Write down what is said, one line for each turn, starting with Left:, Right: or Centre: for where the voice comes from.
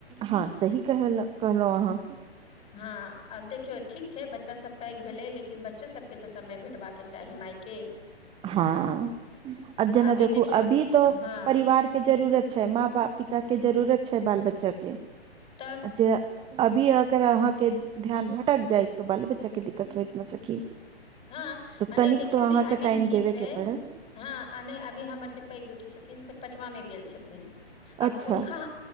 Right: हँ सही कह कहलहु अहाँ
Left: हँ आब देखियौ ठीक छै बच्चा सब पैघ भेले लेकिन बच्चो सब के तो समय भेटबाका के चाही मायके
Right: हँ आ जेना
Left: अभी
Right: देखू
Left: देखियौ
Right: अभी तऽ
Left: हँ
Right: परिवार के जरूरत छै माँ पिता के जरूरत छै बाल बच्चा के
Left: तब
Right: जे अभी अगर अहाँके ध्यान भटक जाइ तऽ बालो बच्चाे दिक्कत हो इतना सखी
Left: हँ
Right: तऽ
Left: नहि
Right: तनिक
Left: देखियौ
Right: तो
Left: ने
Right: अहाँके
Left: अभी
Right: टाइम
Left: की
Right: देबे
Left: छै
Right: के पड़त
Left: हँ नहि अभी हमर जे पैघ बेटी छथिन से पचवाँ मे गेल छथिन आब
Right: अच्छा
Left: हुनका